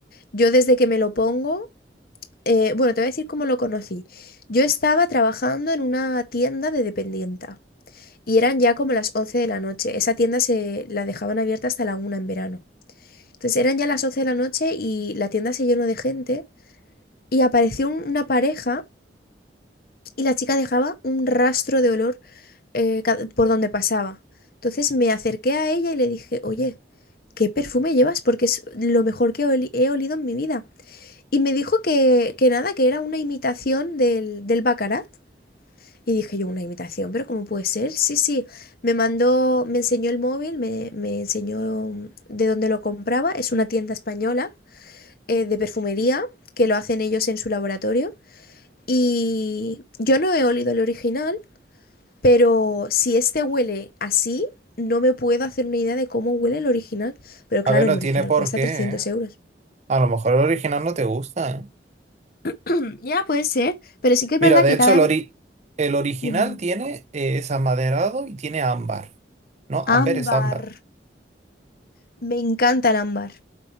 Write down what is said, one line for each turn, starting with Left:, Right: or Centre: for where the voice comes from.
Left: yo desde que me lo pongo, eh, bueno, te voy a decir cómo lo conocí. Yo estaba trabajando en una tienda de dependienta. Y eran ya como las 11 de la noche. Esa tienda se la dejaban abierta hasta la una en verano. Entonces eran ya las 11 de la noche y la tienda se llenó de gente y apareció un- una pareja y la chica dejaba un rastro de olor eh, ca- por donde pasaba. Entonces me acerqué a ella y le dije, oye, ¿qué perfume llevas? Porque es lo mejor que oli- he olido en mi vida. Y me dijo que, que nada, que era una imitación del, del Baccarat. Y dije yo, una imitación, pero ¿cómo puede ser? Sí, sí, me mandó, me enseñó el móvil, me, me enseñó de dónde lo compraba. Es una tienda española eh, de perfumería que lo hacen ellos en su laboratorio. Y yo no he olido el original, pero si este huele así, no me puedo hacer una idea de cómo huele el original. Pero
Right: A
Left: claro,
Right: ver,
Left: el
Right: no
Left: original
Right: tiene por
Left: cuesta
Right: qué,
Left: 300
Right: ¿eh?
Left: euros.
Right: A lo mejor el original no te gusta, ¿eh?
Left: <clears throat> Ya puede ser, pero sí que es
Right: Mira,
Left: verdad
Right: de
Left: que
Right: hecho,
Left: cada
Right: el,
Left: vez...
Right: ori- el original
Left: Dime.
Right: tiene, eh, es amaderado y tiene ámbar. No, ámbar
Left: Ámbar.
Right: es ámbar.
Left: Me encanta el ámbar.